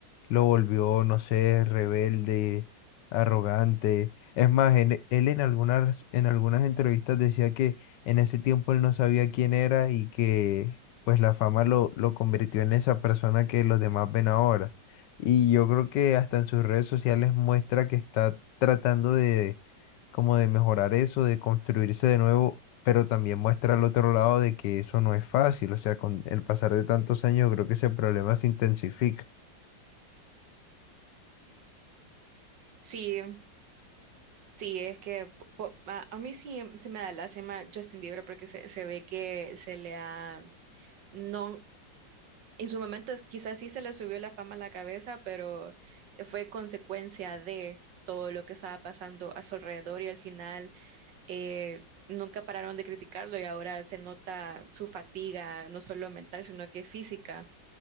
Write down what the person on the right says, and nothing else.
sí, sí, es que po- po- a, a mí sí se me da lástima Justin Bieber porque se, se ve que se le ha, no, en su momento es- quizás sí se le subió la fama a la cabeza, pero fue consecuencia de todo lo que estaba pasando a su alrededor y al final eh, nunca pararon de criticarlo y ahora se nota su fatiga, no solo mental, sino que física,